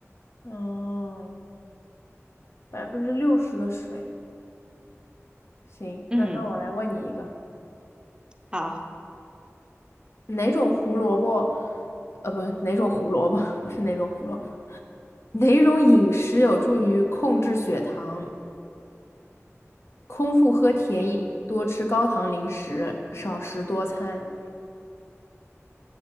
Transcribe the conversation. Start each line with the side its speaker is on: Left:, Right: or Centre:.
Left: 嗯，百分之六十的水。行，
Right: 嗯，
Left: 那那我来问你一个，
Right: 好。
Left: 哪种胡萝卜？呃，不，哪种胡萝卜？<laughs> 不是哪种胡萝卜，哪种饮食有助于控制血糖？空腹喝甜饮，
Right: 嗯。
Left: 多吃高糖零食，少食多餐。